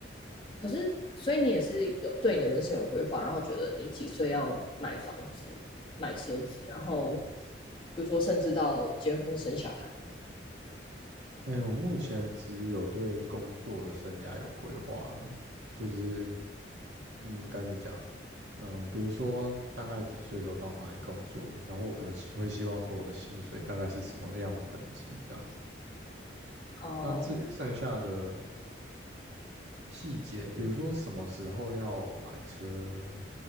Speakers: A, on the left; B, on the right.
A: 可是，所以你也是有对你的人生有规划，然后觉得你几岁要买房子、买车子，然后比如说甚至到结婚生小孩嘛。
B: 哎，我目前只有对工作的生涯有规划而已就是嗯，该怎么讲？呃，比如说大概几岁的时候到哪里工作，然后我可能希会希望说我的薪水大概是什么样的等级这样子。
A: 哦，
B: 那至于剩下的细节，比如说什么时候要买车，